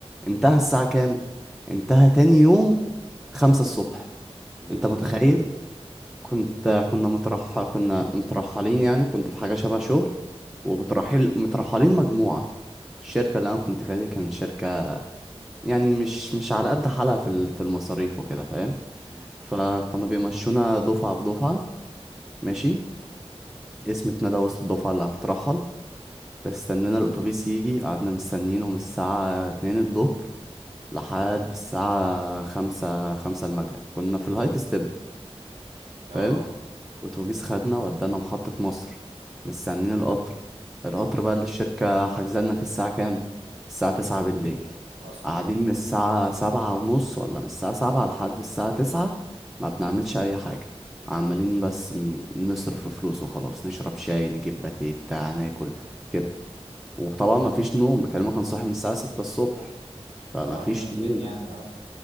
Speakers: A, in the centre; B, on the right.
A: انتهى الساعة كام انتهى تاني يوم خمسة الصبح
B: ده
A: انت
B: ليه
A: متخيل
B: ده؟
A: كنت كنا مترح كنا مترحلين يعني كنت في حاجة شبه شغل ومترحل مترحلين مجموعة الشركة اللي انا كنت فيها دي كانت شركة يعني مش مش على قد حالها في ال- في المصاريف وكده فاهم
B: مم.
A: فكنا بيمشونا دفعة في دفعة ماشي اسم اتندى وسط الدفعة اللي هتترحل استنينا الأتوبيس يجي قعدنا مستنينه من الساعة اتنين الظهر لحد الساعة خمسة خمسة المغرب كنا في الهايك ستيب
B: آه
A: فاهم أتوبيس خدنا ودانا محطة مصر مستنين القطر القطر بقى اللي الشركة حجزلنا فيه الساعة كام؟ الساعة تسعة بالليل
B: أصلا
A: قاعدين من الساعة سبعة ونص ولا من الساعة سبعة لحد الساعة تسعة ما بنعملش أي حاجة عمالين بس م- نصرف فلوس وخلاص نشرب شاي نجيب باتيه بتاع ناكل كده وطبعا ما فيش نوم بكلمك انا صاحي من الساعة 6 الصبح فما
B: لا وهتنام
A: فيش
B: فين
A: نوم
B: يعني آه